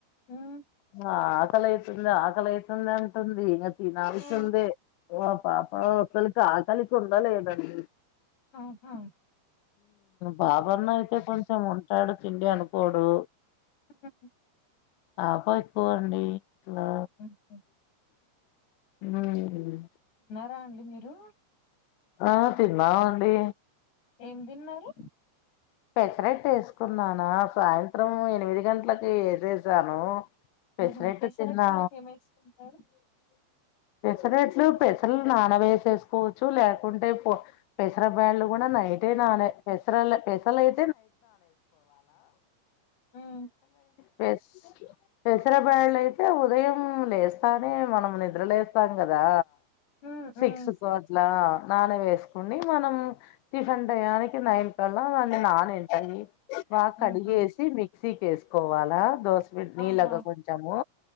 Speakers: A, on the left; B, on the left.
A: ఉమ్
B: ఆ ఆకలైతుంది, ఆకలైతంది అంటుంది. ఇంకా తినాల్సింది
A: ఆ
B: ఓ పాప అసలి కాకలికుండలేదండి
A: ఆహా
B: బాబ్ ఎవరినయితే కొంచెం ఉంటాడు తిండి అనుకోడు.
A: ఆ
B: ఆబ ఎక్కువండి ఇట్లా
A: హుహు.
B: హుమ్మ్
A: రా అండి మీరు
B: ఆ తిన్నావండి
A: ఏం తిన్నారు
B: పెసరెట్ ఏసుకున్నానా సాయంత్రం ఎనిమిది గంటలకి ఏసేసాను. పెసరట్
A: ఆహా పెసరట్టులోకి
B: తిన్నా
A: ఏమేసుకుంటారు
B: పెసరట్లు పెసర్లు నాన వేసేసుకోవచ్చు, లేకుంటే పో పెసర బైళ్ళు గూడా నైటే నానే స్ <unintelligible> పెసలయి
A: ఉమ్
B: పెస్ పెసర బేళ్ళయితే ఉదయం లేస్తానే మనం నిద్రలేస్తాం కదా!
A: ఉమ్
B: సిక్స్
A: ఉమ్
B: కో అట్లా నాన వేసుకుని మనం టిఫిన్ టయనికి నైన్ కళ్ళ దాన్ని నా <unintelligible> బాగా
A: ఆహా
B: కడిగేసి మిక్సి కేసుకోవాలా దోశ నీళగా
A: ఆహా
B: కొంచము